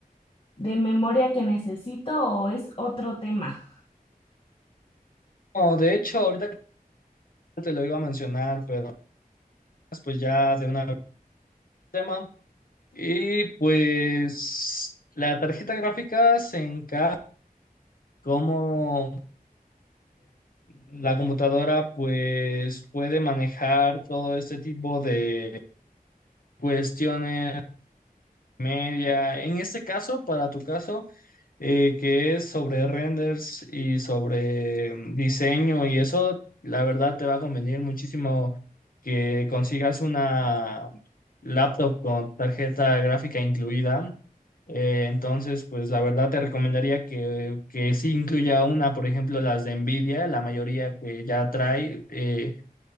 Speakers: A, on the left; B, on the left.
A: de memoria que necesito o es otro tema?
B: No, de hecho, ahorita te lo iba a mencionar, pero pues ya de una vez el tema. Y pues la tarjeta gráfica se encarga cómo la computadora pues puede manejar todo este tipo de cuestiones media. En este caso, para tu caso, eh, que es sobre renders y sobre mm, diseño y eso, la verdad te va a convenir muchísimo que consigas una laptop con tarjeta gráfica incluida. Eh, entonces, pues la verdad te recomendaría que, que sí incluya una, por ejemplo, las de Nvidia, la mayoría que ya trae. eh,